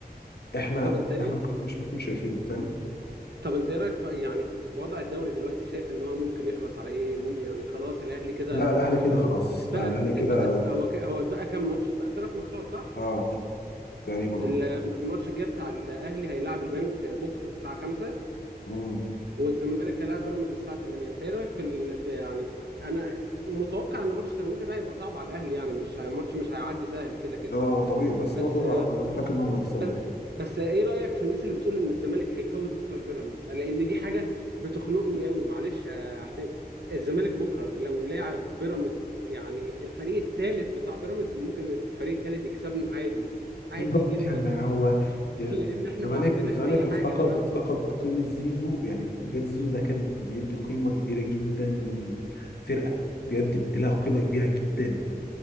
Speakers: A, on the left (about 80°); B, on the right (about 90°).
A: احنا
B: طب انت ايه
A: احنا ممكن- مش بنكون شايفين فاهم
B: طب انت ايه رايك في يعني في في وضع الدوري دلوقتي شايف ان هو ممكن يخلص على ايه مم يعني خلاص الاهلي كده
A: لا الاهلي كده
B: اتبقى
A: خلاص
B: اتبقى
A: لا الاهلي كده
B: اتبقى هو ك- هو اتبقى كام ماتش اتبقى ثلاث ماتشات صح
A: اه تقريبا
B: ال-
A: اه
B: الماتش الجاي بتاع الاهلي هيلاعب البنك بكره الساعه 5
A: امم
B: والزمالك هيلاعب بيراميدز الساعه 8 انت ايه رايك في, ال... في يعني انا متوقع ان ماتش سيراميكا ده هيبقى صعب على الاهلي يعني مش هي... ماتش مش هيعدي سهل كده كده
A: اه طبيعي بس
B: بس
A: برضه لا انا متاكد انهم يكسبوا
B: بس
A: يعني
B: بس ايه رأيك في الناس اللي بتقول ان الزمالك هيفوت بكره البيراميدز لان دي حاجة بتخنقني قوي معلش يا حسين الزمالك بكره لو لاعب بيراميدز يعني الفريق الثالث بتاع بيراميدز ممكن الفريق الثالث يكسبنا عادي عادي
A: بالظبط
B: جدا
A: <laughs> يعني هو
B: <laughs>
A: ال-
B: لان احنا
A: الزمالك
B: ما عندناش
A: الزمالك
B: اي
A: افتقد
B: حاجة دلوقتي
A: افتقد قيمة زيزو يعني بجد زيزو ده كان بيدي قيمة كبيرة جدا للفرقة بجد بيدي لها قيمة كبيرة جدا